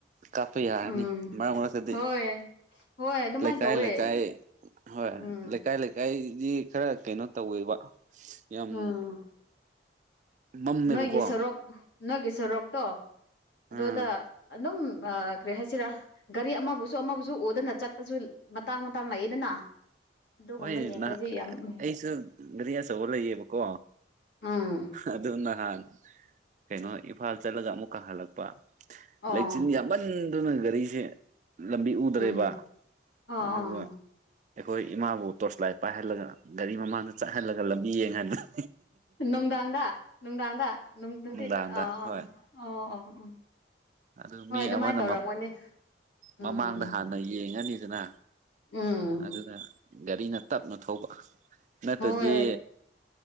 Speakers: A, on the right; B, on the left.
A: ꯀꯥꯞꯄ ꯌꯥꯔꯅꯤ
B: ꯎꯝ
A: ꯃꯔꯛ ꯃꯔꯛꯇꯗꯤ
B: ꯍꯣꯏ ꯍꯣꯏ ꯑꯗꯨꯃꯥꯏꯅ
A: ꯂꯩꯀꯥꯏ
B: ꯇꯧꯋꯦ
A: ꯂꯩꯀꯥꯏ ꯍꯣꯏ
B: ꯎꯝ
A: ꯂꯩꯀꯥꯏ ꯂꯩꯀꯥꯏꯗꯤ ꯈꯔ ꯀꯩꯅꯣ ꯇꯧꯋꯦꯕ ꯌꯥꯝ
B: ꯎꯟ
A: ꯃꯝꯃꯦꯕꯀꯣ
B: ꯅꯣꯏꯒꯤ ꯁꯣꯔꯣꯛ ꯅꯣꯏꯒꯤ ꯁꯣꯔꯣꯛꯇꯣ ꯑꯗꯨꯗ
A: ꯑꯥ
B: ꯑꯗꯨꯝ ꯀ꯭ꯔꯦ ꯍꯥꯏꯁꯤꯔꯥ ꯒꯥꯔꯤ ꯑꯃꯕꯨꯁꯨ ꯑꯃꯕꯨꯁꯨ ꯑꯣꯗꯅ ꯆꯠꯄꯁꯨ ꯃꯇꯥꯡ ꯃꯇꯥꯡ ꯂꯩꯌꯦꯗꯅ ꯑꯗꯨꯒꯨꯝꯕ
A: ꯍꯣꯏ
B: ꯌꯦꯡꯂꯗꯤ
A: ꯅꯍ
B: ꯌꯥꯝ
A: ꯑꯩꯁꯨ ꯒꯥꯔꯤ ꯑꯆꯧꯕ ꯂꯩꯌꯦꯕꯀꯣ
B: ꯎꯝ
A: ꯑꯗꯨ ꯅꯍꯥꯟ ꯀꯩꯅꯣ ꯏꯝꯐꯥꯜ ꯆꯠꯂꯒ ꯑꯃꯨꯛ ꯀꯥ ꯍꯜꯂꯛꯄ
B: ꯑꯣ
A: ꯂꯩꯆꯤꯟ ꯌꯥꯝ ꯄꯟꯗꯨꯅ ꯒꯥꯔꯤꯁꯦ ꯂꯝꯕꯤ ꯎꯗ꯭ꯔꯦꯕ
B: ꯎꯝ ꯑꯣ ꯑꯣ
A: ꯑꯗꯨꯒ ꯑꯩꯈꯣꯏ ꯏꯃꯥꯕꯨ ꯇꯣꯔꯆ ꯂꯥꯏꯠ ꯄꯥꯏꯍꯜꯂꯒ ꯒꯥꯔꯤ ꯃꯃꯥꯡꯗ ꯆꯥꯏꯍꯜꯂꯒ ꯂꯝꯕꯤ ꯌꯦꯡꯍꯟꯕꯅꯦ
B: ꯅꯨꯡꯗꯥꯡꯗ ꯅꯨꯡꯗꯥꯥꯡꯗ ꯅꯨꯡꯗꯤꯟ
A: ꯅꯨꯡꯗꯥꯡꯗ
B: ꯑ
A: ꯍꯣꯏ
B: ꯑ ꯑ ꯑ
A: ꯑꯗꯨ
B: ꯍꯣꯏ
A: ꯃꯤ
B: ꯑꯗꯨꯃꯥꯏꯅ
A: ꯑꯃꯅ
B: ꯇꯧꯔꯝꯒꯅꯤ ꯎꯝ
A: ꯃꯃꯥꯡꯗ ꯍꯥꯟꯅ ꯌꯦꯡꯉꯅꯤꯗꯅ
B: ꯎꯝ
A: ꯑꯗꯨꯗ ꯒꯥꯔꯤꯅ ꯇꯞꯅ ꯊꯧꯕ ꯅꯠꯇ꯭ꯔꯗꯤ
B: ꯍꯣꯏ